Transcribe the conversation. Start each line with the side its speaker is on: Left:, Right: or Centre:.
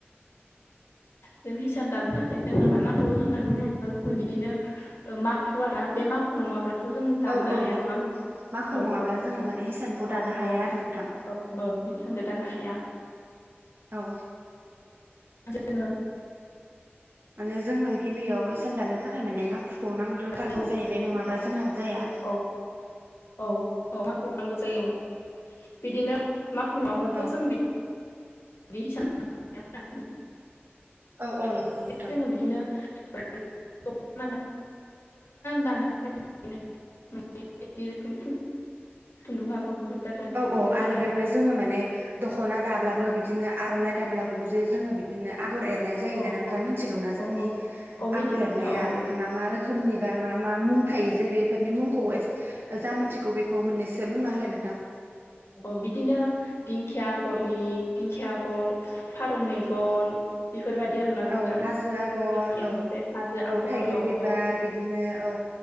Left: जों हिसान दानो थाखाय जोङो मा नांगौ होननानै बुङोब्ला जोङो बिदिनो ओ माखु आरो बे माखु नङाब्लाथ' जों दानो
Right: औ औ
Left: हाया नङा
Right: माखु
Left: औ
Right: नङाब्ला
Left: औ
Right: जोङो
Left: औ
Right: माने हिसानखौ
Left: औ
Right: दानो हाया
Left: औ
Right: आरो नोंथां
Left: औ औ बे सों गो दानो हाया।
Right: औ
Left: जोङो
Right: माने जोंनो गिबियाव इसान दानो थाखाय माने माखु खौ नांग्रोथारगौ
Left: जोङो
Right: जायो बे नङाबा जोंहा जाया
Left: औ औ औ औ माखु नांगौ जायो औ बिदिनो माखु नङाब्लाथ'
Right: औ
Left: जों बिदि <unintelligible>
Right: औ औ नंगौ नोंथां
Left: जोङो बिदिनो <unintelligible> दख'ना दानो थाखाय <unintelligible> बिदिनो खुन्दुङाबबो बुहुत दाजारनि
Right: औ
Left: खुन्दुं
Right: औ
Left: थायो
Right: आरो बेवहाय जोङो माने दख'ना दाब्लाबो
Left: औ औ
Right: बिदि बिदिनो आर'नाइ दाब्लाबो जे जोङो बिदिनो आगर एरनाय जायो
Left: औ
Right: ना नोंथाङा
Left: औ
Right: मोनथिगौना
Left: औ
Right: जोंनि
Left: औ औ मिथिगौ
Right: आगर एरनाया
Left: नोंथां औ
Right: माने
Left: औ
Right: मा मा रोखोम खोमनि बा मा मा मुं थायो जे बेफोरनि मुंखौ मोन खौ मोननैसो बुंना हालाय नोंथां।
Left: औ औ बिदिनो दिंखिया आगरनि दिंखिया आगर फारौ मेगन बेफोरबायदि आरोना नोंथां
Right: औ हाजो आगर
Left: बिदियानो
Right: औ
Left: बे हाजो आगर
Right: थाइगिर
Left: औ
Right: बिबार
Left: औ
Right: बिदिनो औ